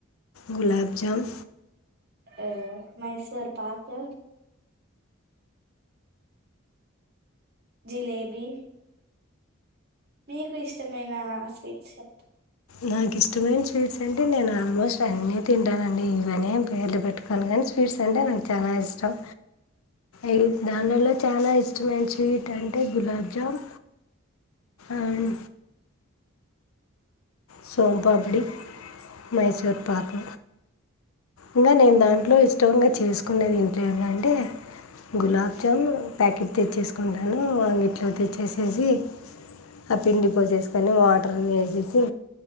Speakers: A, on the left (about 80°); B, on the right (about 50°).
A: గులాబ్ జామ్
B: ఆ మైసూర్ పాకు జిలేబీ మీకు ఇష్టమైన స్వీట్స్ చెప్
A: నాకు ఇష్టమైన స్వీట్స్ అంటే నేను ఆల్మోస్ట్ అన్నీ తింటానండి. ఇవన్నీ పేర్లు పెట్టుకోను కానీ స్వీట్స్ అంటే నాకు చాలా ఇష్టం. ఏ దాంలో చాలా ఇష్టమైన స్వీట్ అంటే గులాబ్ జామ్ అండ్ సోంపాపుడి, మైసూర్ పాక్ ఇంకా నేను దాంట్లో ఇష్టంగా చేసుకునేది ఇంట్లో అంటే గులాబ్ జామ్ ప్యాకెట్ తెచ్చేసుకో అంగిట్లో తెచ్చేసేసి ఆ పిండి పోసేసుకోని వాటర్ అన్ని ఎసేసి